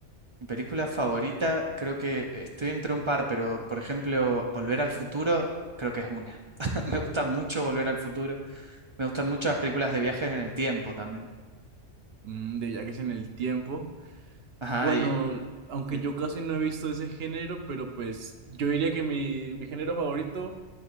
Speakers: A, on the right (about 40°); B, on the right (about 60°).
A: Mi película favorita, creo que estoy entre un par, pero por ejemplo, Volver al Futuro, creo que es una. <laughs> Me gusta mucho Volver al Futuro. Me gustan mucho las películas de viajes en el tiempo también.
B: Mm, de viajes en el tiempo.
A: Ajá,
B: Bueno,
A: y,
B: aunque
A: Sí.
B: yo casi no he visto ese género, pero pues yo diría que mi, mi género favorito